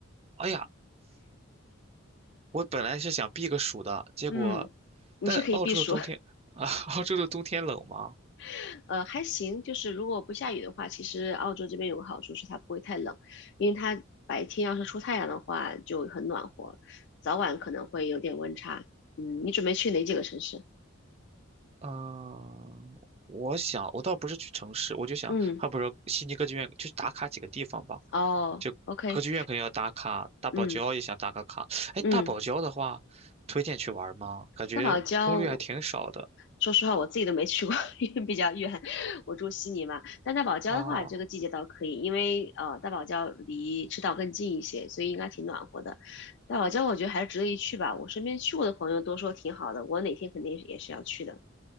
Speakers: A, on the right (about 30°); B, on the left (about 55°).
A: 哎呀，我本来是想避个暑的，结果，
B: 嗯，你是可以避暑，
A: 但澳洲的冬天啊，<laughs> 澳洲的冬天冷吗？
B: <laughs> 呃，还行。就是如果不下雨的话，其实澳洲这边有个好处是它不会太冷，因为它白天要是出太阳的话就很暖和，早晚可能会有点温差。嗯，你准备去哪几个城市？
A: 嗯，我想我倒不是去城市，我就想，
B: 嗯，
A: 还不如悉尼歌剧院去打卡几个地方吧。
B: 哦，OK，
A: 就歌剧院肯定要打卡，大堡礁也想打个卡。
B: 嗯
A: 哎，
B: 嗯，
A: 大堡礁的话，推荐去玩吗？感觉攻略还挺少的
B: 大堡礁说实话，我自己都没去过，<laughs> 因为比较远，我住悉尼嘛。但大堡礁的话，
A: 哦
B: 这个季节倒可以，因为呃，大堡礁离赤道更近一些，所以应该挺暖和的。大堡礁我觉得还是值得一去吧，我身边去过的朋友都说挺好的，我哪天肯定也是要去的。